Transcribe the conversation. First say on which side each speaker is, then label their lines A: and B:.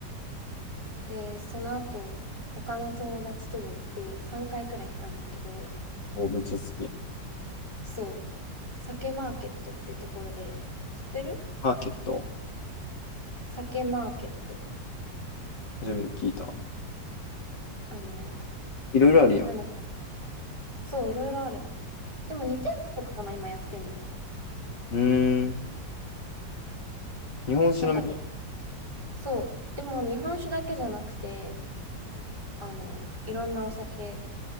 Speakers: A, on the right; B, on the left.
A: で、その後、他の友達とも行って3回くらい行ったんだけど、
B: お、めっちゃ好きやん。
A: そう、酒マーケットってところで、知ってる
B: マーケット、
A: 酒マーケット。
B: 初めて聞いた。
A: あの、
B: いろいろあるやん。
A: なんだっそう、いろいろある。でも2店舗かな、今やってんのは。
B: うーん。日本酒の店、
A: なんかね、そう。でも日本酒だけじゃなくて、あの、いろんなお酒、